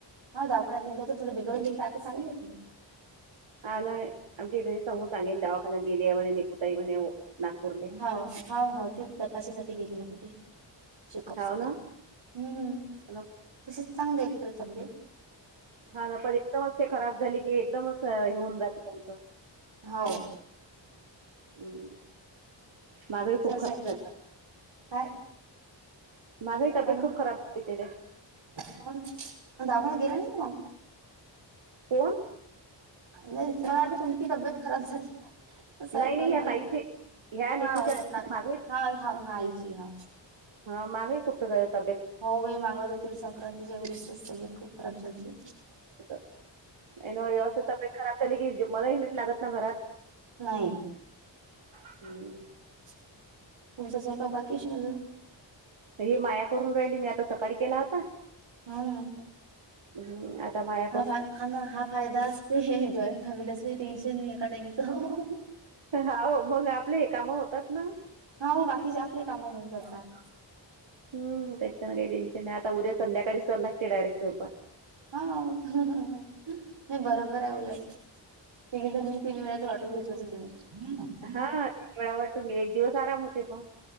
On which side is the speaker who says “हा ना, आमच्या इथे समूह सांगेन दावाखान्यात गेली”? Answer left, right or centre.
Right